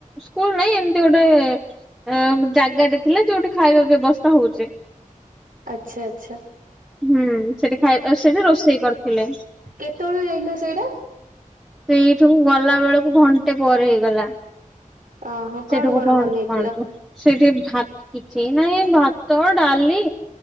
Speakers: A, in the centre; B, on the right (about 85°).
A: ସ୍କୁଲ ନାଇଁ ଏମିତି ଗୋଟେ ଅ ଜାଗାଟେ ଥିଲା ଯୋଉଠି ଖାଇବା ବ୍ୟବସ୍ଥା ହଉଚି।
B: ଆଚ୍ଛା ଆଚ୍ଛା।
A: ହୁଁ ସେଠି ଖାଇ ସେଠି ରୋଷେଇ କରିଥିଲେ।
B: କେତେବେଳକୁ ଯାଇଥିଲ ସେଇଟା?
A: ସେଇଠୁ ଗଲା ବେଳକୁ ଘଣ୍ଟେ ପରେ ହେଇଗଲା।
B: ଓହୋ କଣ
A: ସେଇଠକୁ
B: କଣ
A: ପହଞ୍ଚୁ
B: ବନେଇଥିଲ?
A: ପହଞ୍ଚୁ। ସେଠି ଭାତ କିଛି ନାଇଁ ଭାତ ଡାଲି